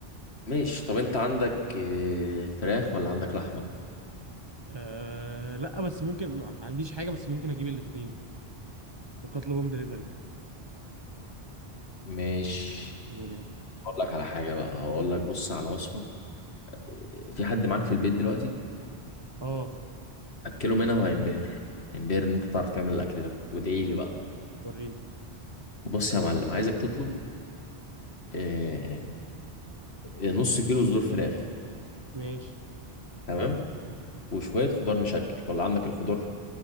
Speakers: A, on the left; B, on the right.
A: ماشي طب انت عندك آه، فراخ ولا عندك لحمه
B: آه لا بس ممكن ما ما عنديش حاجه بس ممكن اجيب الاثنين ممكن اطلبهم دليفري
A: ماشي
B: اطلبهم يعني
A: هقول لك على حاجه بقى هقول لك بص على وصفه آه، في حد معاك في البيت دلوقتي
B: اه
A: اكله منها وهينبهر هينبهر ان انت تعرف تعمل الاكل ده وادعي لي بقى
B: وريني
A: بص يا معلم عايزك تطلب آه، آه، نص كيلو صدور فراخ
B: ماشي
A: تمام وشويه خضار مشكل ولا عندك الخضار